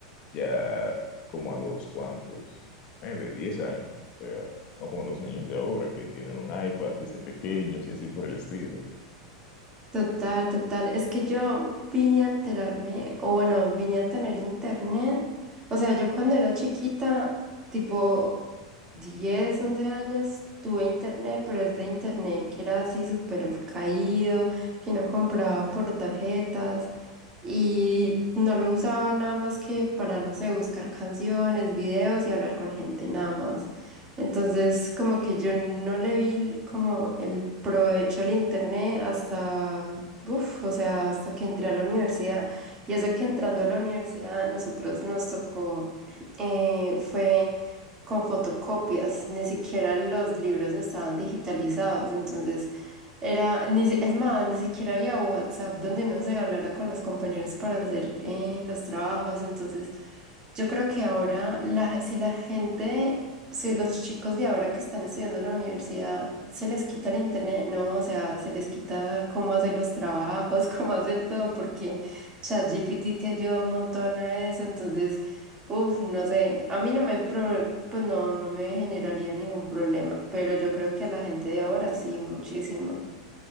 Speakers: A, on the left (about 40°); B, on the right (about 25°).
A: ya como a los cuantos, nueve, diez años, o sea, no como los niños de ahora que tienen un iPad desde pequeños y así por el estilo.
B: Total, total. Es que yo vine a enterarme, o bueno, vine a tener internet. O sea, yo cuando era chiquita, tipo 10, 11 años, tuve internet, pero es de internet que era así súper caído, que no compraba por tarjetas y no lo usaba nada más que para, no sé, buscar canciones, videos y hablar con gente, nada más. Entonces, como que yo no le vi el- como el provecho al internet hasta, uf, o sea, hasta que entré a la universidad. Y eso que entrando a la universidad, nosotros nos tocó, eh, fue con fotocopias, ni siquiera los libros estaban digitalizados. Entonces, era, ni, si- es más, ni siquiera había WhatsApp donde uno se hablara con los compañeros para hacer eh, los trabajos. Entonces, yo creo que ahora la, si la gente si los chicos de ahora que están estudiando en la universidad se les quita el internet, no, o sea, se les quita cómo hacer los trabajos, <laughs> cómo hacer todo, porque ChatGPT te ayuda un montón a eso, entonces, uff, no sé, a mí no me, pro- pues no, no me generaría ningún problema, pero yo creo que a la gente de ahora sí, muchísimo.